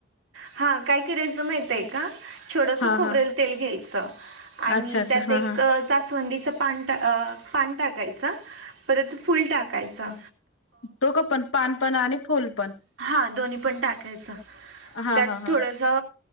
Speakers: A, on the right (about 75°); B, on the left (about 80°).
A: हा काय करायचं माहिताय का. छोडंसं
B: हां,
A: खोबरेल
B: हां.
A: तेल घ्यायचं आणि
B: अच्छा, अच्छा.
A: त्यात
B: हां,
A: एक
B: हां.
A: जाासवंदीचं पान टा अ पान टाकायचा परत फुल टाकायचा
B: तोघं पण पान पण आणि फुल पण.
A: हा दोन्ही पण टाकायचं
B: हां,
A: त्यात
B: हां, हां.
A: थोडस